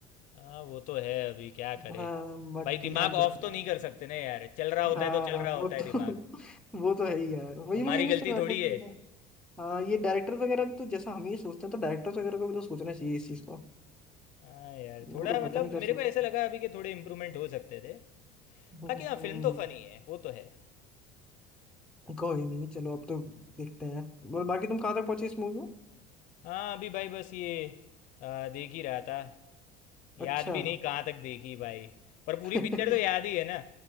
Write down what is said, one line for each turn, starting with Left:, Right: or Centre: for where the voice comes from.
Left: हाँ वो तो है अभी क्या करे
Centre: हाँ बाकी
Left: भाई दिमाग
Centre: ध्यान
Left: ऑफ
Centre: तो रखना
Left: तो नहीं कर सकते ना यार चल रहा होता
Centre: हाँ
Left: है तो चल रहा होता
Centre: वो
Left: है
Centre: तो
Left: दिमाग
Centre: <laughs> वो तो है ही यार वही
Left: हमारी
Centre: मैं ये नहीं
Left: गलती
Centre: सुना
Left: थोड़ी
Centre: था कि
Left: है
Centre: हाँ ये डायरेक्टर वगैरह भी तो जैसा हम ये सोचते हैं तो डायरेक्टर वगैरह को भी तो सोचना चाहिए इस चीज को
Left: हाँ यार
Centre: वो
Left: थोड़ा
Centre: लोग पता
Left: मतलब
Centre: नहीं क्या सोचते
Left: मेरे को ऐसा लगा
Centre: हैं।
Left: अभी कि थोड़े इम्प्रूवमेंट हो सकते थे
Centre: हम्म,
Left: बाकी हाँ फिल्म तो फनी है वो तो है
Centre: कोई नहीं चलो अब तो देखते हैं और बाकी तुम कहाँ तक पहुंचे इस मूवी में
Left: हाँ अभी भाई बस ये आ, देख ही रहा था याद
Centre: अच्छा
Left: भी नहीं कहाँ तक देखी भाई पर पूरी
Centre: <laughs>
Left: पिक्चर तो याद ही है ना